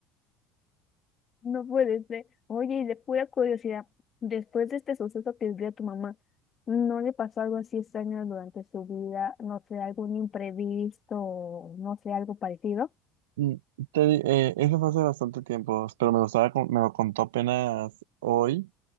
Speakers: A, on the left (about 40°); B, on the right (about 80°).
A: no puede ser. Oye, y de pura curiosidad, después de este suceso que vivió tu mamá, ¿no le pasó algo así extraño durante su vida? No sé, algún imprevisto, o no sé, algo parecido.
B: Mm, Te, di- eh, eso fue hace bastante tiempo, pero me lo, estaba, con- me lo contó apenas hoy.